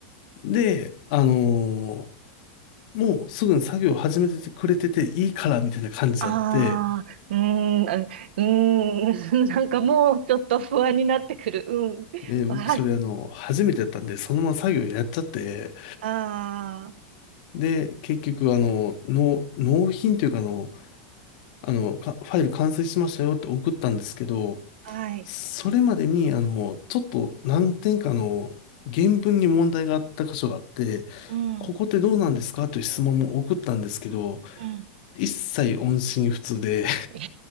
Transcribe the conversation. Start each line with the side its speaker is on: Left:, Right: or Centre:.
Left: で、あのーもうすぐに作業を始めてくれてていいからみたいな感じだって、
Right: ああ、うーん、うーん、<laughs> なんかもうちょっと不安になってくる。うん。
Left: で、僕それあの、
Right: はい。
Left: 初めてやったんで、そのまま作業やっちゃって、
Right: あ
Left: で、結局あの、納、納品というかあの、あの、か、ファイル完成しましたよって送ったんですけど、
Right: あ、はい。
Left: それまでにあの、ちょっと何点かの原文に問題があった箇所があって、
Right: うん、
Left: ここってどうなんですかという質問も送ったんですけど、
Right: うん。
Left: 一切音信不通で、
Right: え